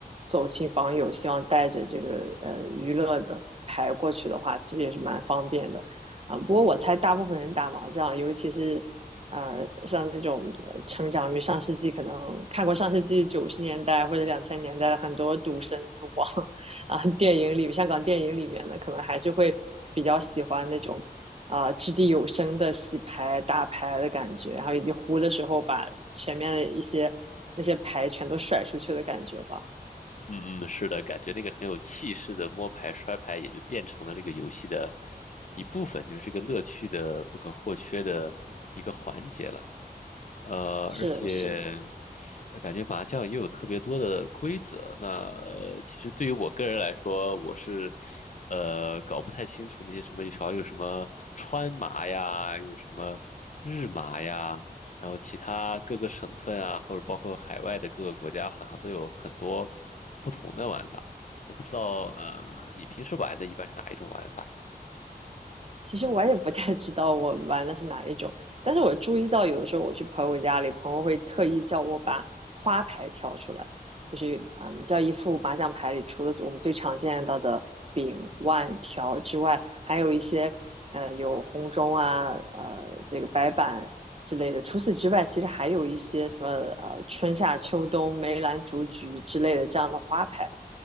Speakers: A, on the right (about 40°); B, on the left (about 50°).
A: 走亲访友，希望带着这个呃娱乐的牌过去的话，其实也是蛮方便的啊、不过我猜大部分人打麻将，尤其是呃像这种呃成长于上世纪，可能看过上世纪九十年代或者两千年代的很多赌神、赌王。啊、呃电影里香港电影里面的，可能还是会比较喜欢那种啊、呃掷地有声的洗牌打牌的感觉，然后以及胡的时候把前面的一些那些牌全都甩出去的感觉吧。
B: 嗯嗯，嗯，是的，感觉那个很有气势的摸牌摔牌，也就变成了这个游戏的一部分，就是这个乐趣的不可或缺的一个环节了。呃，而且
A: 是是，
B: 呃感觉麻将也有特别多的规则。那呃其实对于我个人来说，我是呃搞不太清楚那些什么，好像有什么川麻呀，有什么日麻呀，然后其他各个省份啊，或者包括海外的各个国家，好像都有很多不同的玩法。我不知道，呃，你平时玩的一般是哪一种玩法呀
A: 其实我也不太知道我玩的是哪一种，但是我注意到有的时候我去朋友家里，朋友会特意叫我把花牌挑出来，就是嗯，叫一副麻将牌里除了我们最常见到的饼、腕、条之外，还有一些呃有红中啊，呃这个白板之类的。除此之外，其实还有一些什么呃春夏秋冬、梅兰竹菊之类的这样的花牌。